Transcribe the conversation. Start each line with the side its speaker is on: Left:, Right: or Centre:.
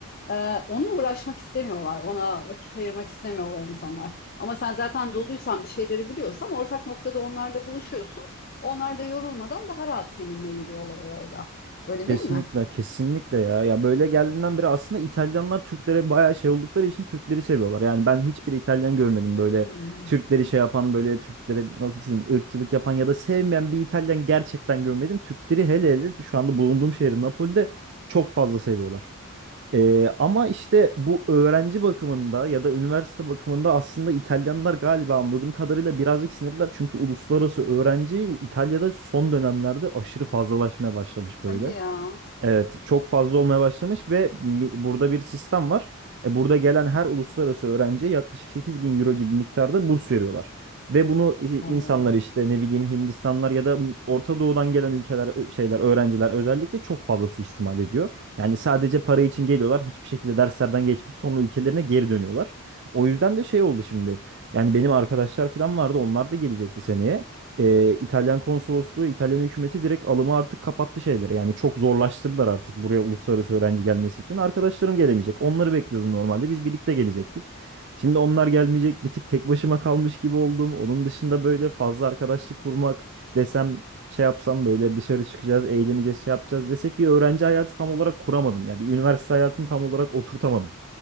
Left: ee, onunla uğraşmak istemiyorlar. Ona vakit ayırmak istemiyorlar insanlar. Ama sen zaten doluysan, bir şeyleri biliyorsan ortak noktada onlarla buluşuyorsun. Onlar da yorulmadan daha rahat seninle yürüyorlar o yolda. Öyle
Right: Kesinlikle,
Left: değil mi?
Right: kesinlikle ya. Ya böyle geldiğinden beri aslında İtalyanlar Türklere bayağı şey oldukları için Türkleri seviyorlar. Yani ben hiçbir İtalyan görmedim
Left: Hmm.
Right: böyle Türkleri şey yapan, böyle Türklere nasıl diyeyim ırkçılık yapan ya da sevmeyen bir İtalyan gerçekten görmedim. Türkleri hele hele şu anda bulunduğum şehir Napoli'de çok fazla seviyorlar. Ee, ama işte bu öğrenci bakımında ya da üniversite bakımında aslında İtalyanlar galiba anladığım kadarıyla birazcık sinirler. Çünkü uluslararası öğrenci İtalya'da son dönemlerde aşırı fazlalaşmaya başlamış böyle.
Left: Hadi ya.
Right: Evet, çok fazla olmaya başlamış ve mi- burada bir sistem var. E, burada gelen her uluslararası öğrenciye yaklaşık 8000 euro gibi miktarda burs veriyorlar. Ve bunu i-
Left: Oo.
Right: insanlar işte ne bileyim Hindistanlar ya da Orta Doğu'dan gelen ülkeler ö- şeyler öğrenciler özellikle çok fazla suistimal ediyor. Yani sadece para için geliyorlar, hiçbir şekilde derslerden geçmeyip sonra ülkelerine geri dönüyorlar. O yüzden de şey oldu şimdi. Yani benim arkadaşlar falan vardı, onlar da gelecekti seneye e, İtalyan konsolosluğu, İtalyan hükümeti direkt alımı artık kapattı şeyleri. Yani çok zorlaştırdılar artık buraya uluslararası öğrenci gelmesi için. Arkadaşlarım gelemeyecek. Onları bekliyordum normalde. Biz birlikte gelecektik. Şimdi onlar gelmeyecek. Bir tık tek başıma kalmış gibi oldum. Onun dışında böyle fazla arkadaşlık kurmak desem şey yapsam böyle dışarı çıkacağız, eğleneceğiz, şey yapacağız desek bir öğrenci hayatı tam olarak kuramadım. ya. bir üniversite hayatını tam olarak oturtamadım.